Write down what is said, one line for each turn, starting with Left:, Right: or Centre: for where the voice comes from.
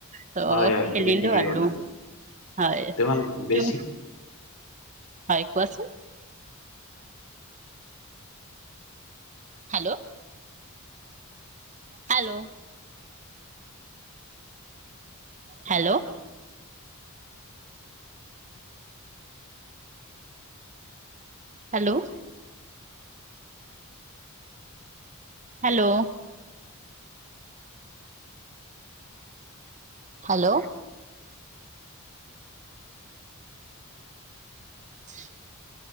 Right: ত
Left: হয় হয়
Right: খেলিলো
Left: তুমি ঠিকেই
Right: আৰু
Left: ক'লা
Right: হয়।
Left: তোমাক বেছি
Right: টো হয় একোৱাচ-? Hello hello hello hello hello hello <unintelligible>